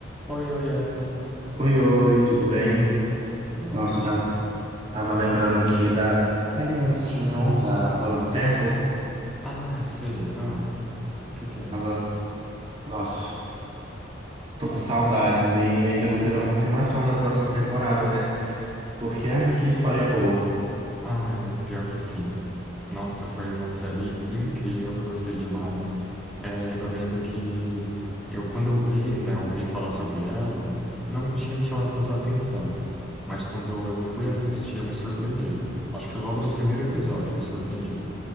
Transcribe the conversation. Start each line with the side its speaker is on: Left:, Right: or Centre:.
Centre: Oi, oi, é, tô...
Right: Oi, oi, tudo bem?
Centre: Tudo
Right: Nossa,
Centre: ótimo.
Right: eu tava, tava lembrando aqui da série que nós assistimos juntos, A Roda do Tempo.
Centre: Ah, eu sei. Ah, o que tem?
Right: Tava, nossa, tô com saudades e ainda não teve a confirmação da próxima temporada, né? Porque, ai, que história boa.
Centre: Ah, é, pior que sim. Nossa, foi uma série incrível que eu gostei demais. É, eu lembro que eu, quando eu vi, né, ouvi falar sobre ela, não tinha me chamado tanto a atenção. Mas quando eu fui assistir, eu me surpreendi. Acho que logo no
Right: Ps,
Centre: primeiro episódio eu me surpreendi.